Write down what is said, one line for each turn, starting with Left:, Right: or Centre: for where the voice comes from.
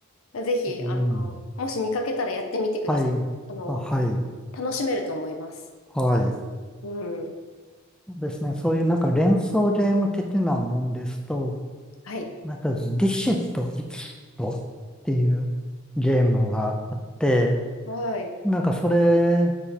Left: うん。ぜひ、
Centre: うん、
Left: あの、もし見かけたらやってみてください。
Centre: はい、
Left: あの、
Centre: あ、はい、
Left: 楽しめると思います。
Centre: はい。
Left: うん。
Centre: そうですね。そういうなんか連想ゲーム的なもんですと、
Left: はい。
Centre: なんかリシット、イキシットっていうゲームがあって、
Left: はい。
Centre: なんかそれ